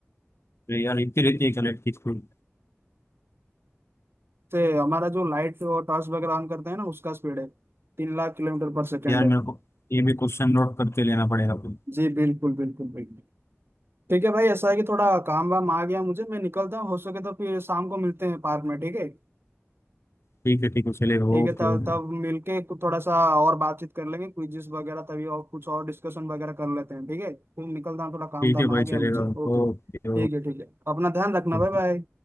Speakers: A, on the left; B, on the right.
A: यार इतनी रहती है फ्लाइट की स्पीड
B: से हमारा जो लाइट और टॉर्च वगैरह ऑन करते हैं ना उसका स्पीड है तीन लाख किलोमीटर पर सेकेंड
A: यार
B: है
A: मेरे को ये भी क्वेश्चन नोट करते लेना पड़ेगा फिर
B: जी बिल्कुल बिल्कुल बिल्कुल ठीक है भाई ऐसा है कि थोड़ा काम वाम आ गया मुझे मैं निकलता हूँ हो सके तो फिर शाम को मिलते हैं पार्क में ठीक है
A: ठीक है ठीक है चलेगा
B: ठीक
A: ओके
B: है तब
A: ओके
B: तब मिलके कु- थोड़ा सा और बातचीत कर लेंगे क्विज़ वगैरह तभी और कुछ और डिस्कशन वगैरह कर लेते हैं ठीक है फिर निकलता हूँ थोड़ा काम
A: ठीक
B: धाम
A: है भाई
B: आ गया
A: चलेगा
B: मुझे ओके
A: Okay
B: ठीक है ठीक है अपना ध्यान रखना
A: okay
B: बाय बाय